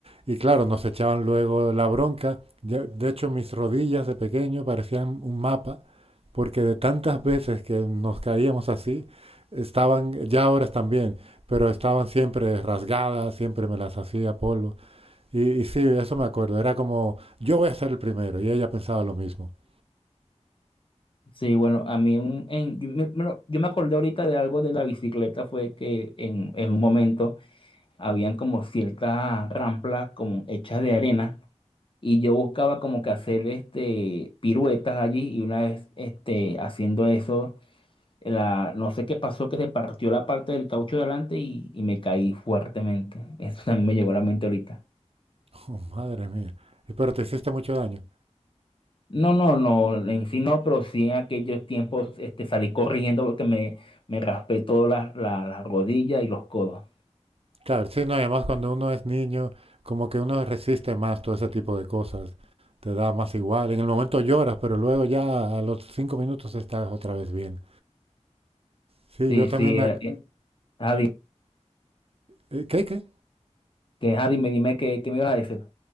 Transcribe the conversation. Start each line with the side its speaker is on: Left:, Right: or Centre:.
Right: Y claro, nos echaban luego la bronca. Ya- De hecho, mis rodillas de pequeño parecían un mapa porque de tantas veces que nos caíamos así, estaban, ya ahora están bien, pero estaban siempre rasgadas, siempre me las hacía polvo. Y, y sí, eso me acuerdo, era como, yo voy a ser el primero, y ella pensaba lo mismo. <laughs>
Left: Sí, bueno, a mí un- en- yo, me, me yo me acordé ahorita de algo de la bicicleta, fue que en, en un momento habían como ciertas ramplas como hechas de arena y yo buscaba como que hacer este piruetas allí y una vez este haciendo eso la, no sé qué pasó que se partió la parte del caucho de adelante y, y me caí fuertemente. Eso <laughs> también me llegó a la mente ahorita.
Right: Oh, madre mía, Y, pero te hiciste mucho daño.
Left: No, no, no, en sí no, pero sí en aquellos tiempos este, salí corriendo porque me, me raspé todas las las- las rodillas y los codos.
Right: Claro, sí, no, y además cuando uno es niño, como que uno resiste más todo ese tipo de cosas, te da más igual, en el momento lloras, pero luego ya a los cinco minutos estás otra vez bien. Sí,
Left: Sí,
Right: yo también
Left: sí,
Right: me...
Left: eh,
Right: ac-
Left: eh, Adi,
Right: eh, ¿Qué, qué?
Left: que Adi, me dime qué, qué me ibas a decir.